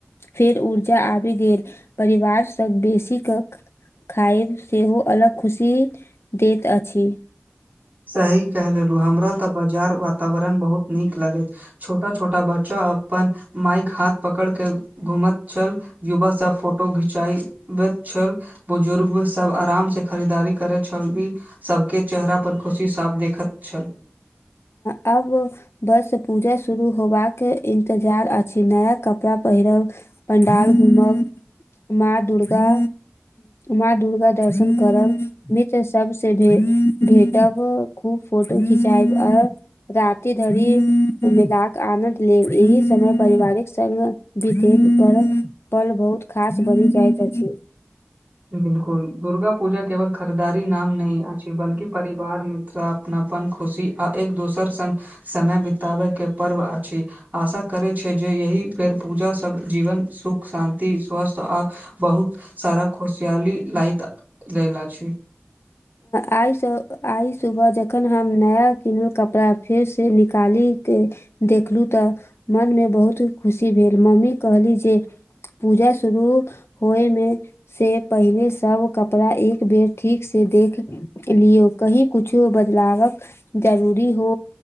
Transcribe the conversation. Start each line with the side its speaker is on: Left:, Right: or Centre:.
Left: फेर ऊर्जा आबि गेल परिवारस बेसी कक खायब सेहो अलग खुशी देत अछि।
Right: सही कह लेलु हमरा ते बाजार वातावरण बहुत नीक लगे छोटा छोटा बच्चा अपन माइक हाथ पकड़ के घूमत छल युवा सब फोटो घिचबैत छल बुजुर्गो सब आराम से खरीदारी करे छल <unintelligible> सबके चेहरा पर पर खुशी साफ देखैत छल
Left: आब बस पूजा शुरू होबाक इन्तजार अछि नया कपड़ा पहिरब पंडाल घूमब माँ दुर्गा माँ दुर्गा दर्शन करब सब से भे भेटब खूब फोटो खिचायब आ राति धरि मेलाक आनन्द ले एहि समय पारिवारिक ओहि पल बहुत खास बनि जाइत अछि।
Right: बिलकुल दुर्गा पूजा केवल खरीदारी नाम नहि अछि बल्कि परिवार मित्र अपनापन खुशी आ एक दोसर संग समय बिताबे के पर्व अछि आशा करै छै जे यही बेर पूजा सब जीवन सुख शान्ति स्वस्थ आ बहुत सारा खुशियाली लायत लेल अछि
Left: आइसँ आइ सुबह जखन हम नया किनल कपड़ा फेरसँ निकाली के देखलू तऽ मन मे बहुत खुशी भेल मम्मी कहली जे पूजा शुरू होय मे से पहिले सब कपड़ा एक बेर ठीक से देख लियौ कही कुछो बदलावक जरूरी हो